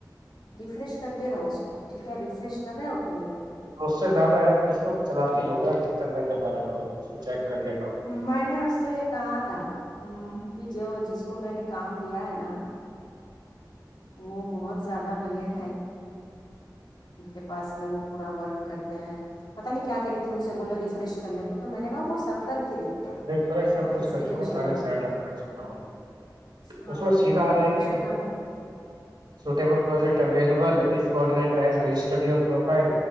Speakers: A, on the left; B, on the right.
A: ریفریش کرتے رہو اس کو ٹھیک ہے ریفریش کر رہے ہو ہ <inaudible>
B: م سے زیادہ ہےپ اس وقت چلاتی نہیں ہوگیپ جت تنا میں چلا لیتا ہوں چیک کر لیتا ہوں
A: میں نے اس سے کہا تھا ہ جو جس کو میں نے کام دیا ہے نا وہ بہت زیادہ بلینٹ ہے اس کے پاس میں وہ پورا ورک کرتے ہیں پتہ نہیں کیا کری تھی ان سے بولو ریفریش کرنے کو تو میں نے کہا وہ سب کر <inaudible>
B: رش سب
A: آپ
B: کچھ
A: اس
B: کر
A: کی ٹینشن
B: چکا سارے
A: نہ لو
B: سیٹ اپ کر چکا
A: ہاں
B: اس میں سیدھا
A: نے کہا
B: آ رہا
A: ٹینشن
B: ہے کہ
A: نہ لو
B: سوٹیبل پروجیکٹ اویلیبل ف کوڈٹرز رجسٹرڈ یور پروفائل